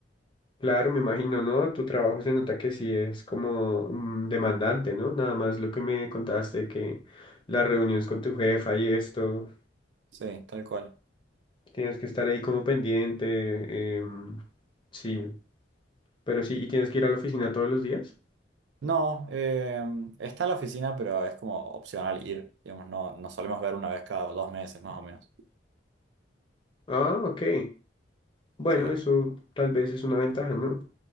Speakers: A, on the left; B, on the right.
A: Claro, me imagino, ¿no? Tu trabajo se nota que sí es como mm, demandante, ¿no? Nada más lo que me contaste, que las reuniones con tu jefa y esto,
B: Sí, tal cual.
A: tienes que estar ahí como pendiente. em, sí, pero sí, y tienes que ir a la oficina todos los días.
B: No, eh, está la oficina, pero es como opcional ir, digamos, no, nos solemos ver una vez cada dos meses más o menos.
A: Ah, ok. Bueno,
B: Sí,
A: eso tal vez es una ventaja, ¿no?